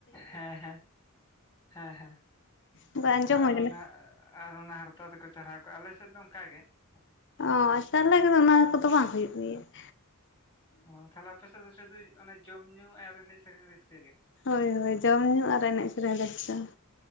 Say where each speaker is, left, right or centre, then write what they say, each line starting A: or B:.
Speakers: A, on the left; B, on the left.
A: ᱦᱮᱸ ᱦᱮᱸ ᱦᱮᱸ ᱦᱮᱸ
B: ᱚᱱᱠᱟ ᱟᱸᱡᱚᱢ ᱦᱩᱭ
A: ᱟᱨ
B: ᱠᱟᱱᱟ
A: ᱚᱱᱟ ᱟᱨ ᱚᱱᱟ ᱦᱟᱨᱛᱟ ᱛᱮᱠᱚ ᱪᱟᱨᱦᱟᱣ ᱠᱚᱜᱼᱟ, ᱟᱞᱮ ᱥᱮᱫ ᱫᱚ ᱚᱱᱠᱟ ᱜᱮ ᱾
B: ᱚ ᱛᱟᱞᱦᱮ ᱠᱚᱫᱚ ᱚᱱᱟ ᱠᱚᱫᱚ ᱵᱟᱝ ᱦᱩᱭᱩᱜ ᱜᱮᱭᱟ ᱾
A: ᱚ ᱛᱟᱦᱞᱮ ᱟᱯᱮ ᱥᱮᱫ ᱫᱚ ᱥᱩᱫᱷᱩᱡ ᱚᱱᱮ ᱡᱚᱢ ᱧᱩ ᱟᱨ ᱮᱱᱮᱡ ᱥᱮᱨᱮᱧ ᱨᱟᱹᱥᱠᱟᱹ ᱜᱮ?
B: ᱦᱳᱭ ᱦᱳᱭ ᱡᱚᱢ ᱧᱩ ᱟᱨ ᱮᱱᱮᱡ ᱥᱮᱨᱮᱧ ᱨᱟᱹᱥᱠᱟ ᱾